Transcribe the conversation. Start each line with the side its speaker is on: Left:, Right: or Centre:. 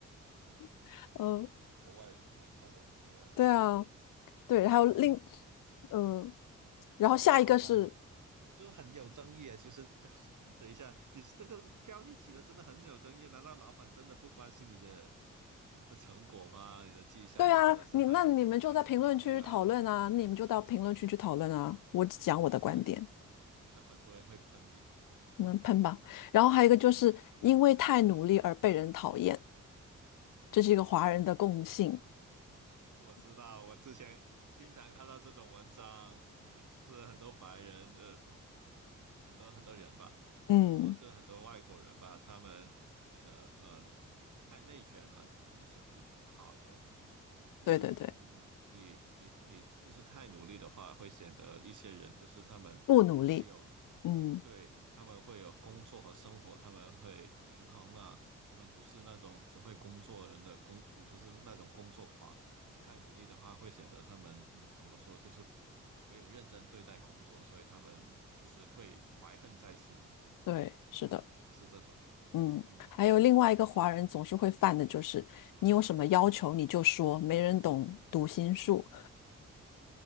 Left: <laughs> 嗯，
Right: 国外文化都是这样的，
Left: 对啊，
Right: 在美国也是这样。
Left: 对，还有另
Right: 但是
Left: 嗯，然后下一个是，
Right: 你说老板就是很有争议啊。其实，<laughs> 等一下，你这个标题起的真的很有争议啊。难道老板真的不关心你的的成果吗？你的绩效吗？
Left: 对啊，
Right: 真的是他也他也会考虑啊。
Left: 你那你们就在评论区讨论啊，你们就到评论区去讨论啊，我只讲我的观点，
Right: 对，那很多人会喷你。
Left: 你们喷吧。然后还有一个就是因为太努力而被人讨厌，这是一个华人的共性。
Right: 我知道，我之前经常看到这种文章，就是很多白人，呃，很多很多人吧，不不说，
Left: 嗯，
Right: 就是很多外国人吧，他们觉得呃太内卷了，其实是不不好的。就是嗯，
Left: 对对对，
Right: 你你你就是太努力的话，会显得一些人就是他们会有
Left: 不努力，嗯。
Right: 对，他们会有工作和生活，他们会平衡嘛，他们不是那种只会工作人的工，不是是那种工作狂。你太努力的话，会显得他们嗯怎么说，就是没有认真对待工作，所以他们其实会怀恨在心，
Left: 对，是的，
Right: 是不是这种？
Left: 嗯，
Right: 嗯，
Left: 还有另外一个华人总是会犯的就是，你有什么要求你就说，没人懂读心术。